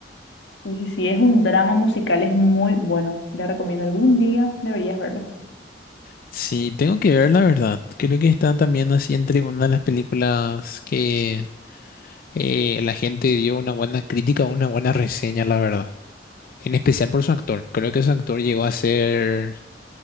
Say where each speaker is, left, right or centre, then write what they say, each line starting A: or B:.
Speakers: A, on the left; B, on the left.
A: Sí, sí, sí, es un drama musical, es muy bueno. Te la recomiendo algún día, deberías verlo.
B: Sí, tengo que ver la verdad. Creo que está también así entre una de las películas que eh, la gente dio una buena crítica, una buena reseña, la verdad. En especial por su actor. Creo que su actor llegó a hacer,